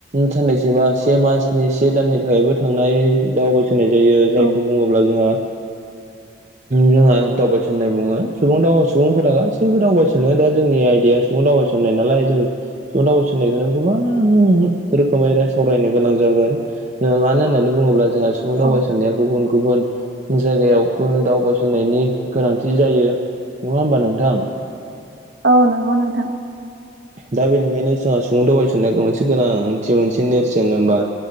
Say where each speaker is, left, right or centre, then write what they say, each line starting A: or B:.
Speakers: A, on the right; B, on the right.
A: साननैसो बा से मासनि से दाननि थाखायबो थांनाय दावबाय सनाय जायो जायखौ
B: औ
A: बुङोब्ला जोंहा जोंहा दावबायसननाय बुङो सुबुं दावबाय सुबुंफोरा गासैबो दावबायसनो दा जोंनि आयदाया सुबुं दावबायसननाय नालाय जों दावबायस गोबां रोखोमै राय सावरायनो गोनां जागोन मानो होननानै बुङोब्ला जोंहा सुबुं दावबायसनाया
B: औ
A: गुबुन गुबुन जायगायाव दावबायसननायनि गोनांथि जायो नङा होमबा नोंथां?
B: औ नंगौ नोंथां
A: दा बेनिखायनो जोंहा सुबुं दावबायसननाय मोनसे गोनांथि मोनसे नेरसोन होनबा